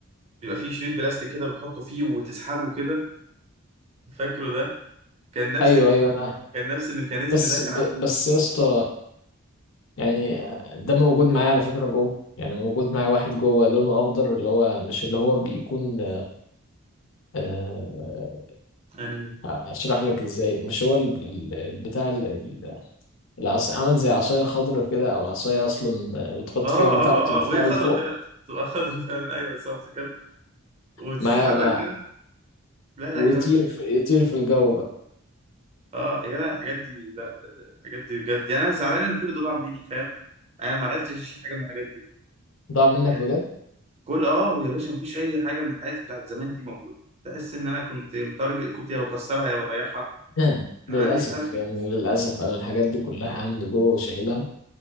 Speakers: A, on the right; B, on the left.
A: بيبقى فيه شريط بلاستيك كده بتحطه فيه وتسحبه كده فاكره ده كان نفس
B: ايوه
A: الم...
B: ايوه انا
A: كان نفس الميكانيزم
B: بس
A: ده كان
B: ب-
A: ع-
B: بس يا اسطى يعني ده موجود معايا على فكره جوه يعني موجود معايا واحد جوه لونه اخضر اللي هو مش اللي هو بيكون آه،
A: يعني
B: اشرح لك ازاي مش هو ال- ال- البتاع ال- ال- العص عمل زي عصايه خضراء كده او عصايه اصلا آه، بتحط
A: اه
B: فيها البتاع
A: اه
B: وترفعه
A: اه وهي خضرة
B: لفوق
A: فعلا بتبقى خضرة فعلا ايوه صح افتكرتك وتسحبها
B: مع مع
A: كده لا لا
B: ويطير
A: جامدة
B: في
A: جامدة
B: يطير في الجو بقى
A: اه يا جدع الحاجات دي لا الحاجات دي بجد يعني انا زعلان ان كل ده ضاع مني فاهم انا ما عرفتش أشيل حاجة من الحاجات دي
B: ضاع منك
A: يعني
B: بجد
A: كل اه يا باشا مفيش اي حاجه من الحاجات بتاعت زمان دي موجوده تحس ان انا كنت متارجت كنت يا بكسرها يا بضيعها
B: <laughs>
A: كان
B: للاسف
A: عندي تارجت
B: يعني للاسف انا الحاجات دي كلها عندي جوه وشايلها